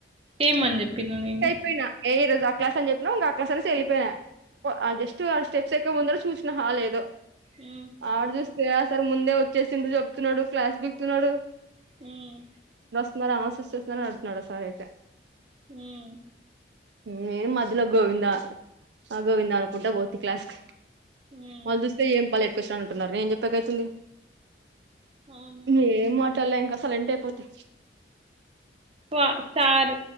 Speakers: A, on the right (about 30°); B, on the right (about 70°).
A: ఏమని చెప్పిన నేను
B: అయిపోయినా ఏ ఈ రజు క్లాస్ అ చెప్పినవుంక ఆ క్లాస్ అనేసి వెళ్ళపోయా జస్ట్ ఆ స్టెప్స్ ఎక్క ముందరు చూసినావ లేదో
A: మ్మ్
B: ఆడ చూస్తే సార్ ముందే వచ్చేసిపుడు చెప్తున్నాడు క్లాస్ పికుతున్నాడు
A: హ్మ్
B: మ ఆ సస్టర్స్ మ నడుతున్నాడు సార్ అయితే
A: హ్మ్
B: నేను మధ్యలో గోవింద ఆ గోవింద అనుకుంటా పోతి క్లాస్ కి
A: మ్మ్
B: వాళ్ళు చూస్తే ఏం పళ ఎట్టుకొచ్చా అంటున్నారు నేం చెప్పాక అయితుంది
A: అవును
B: మం మాటలా ఇంకా సలెంట్ అయిపోతా
A: వా సార్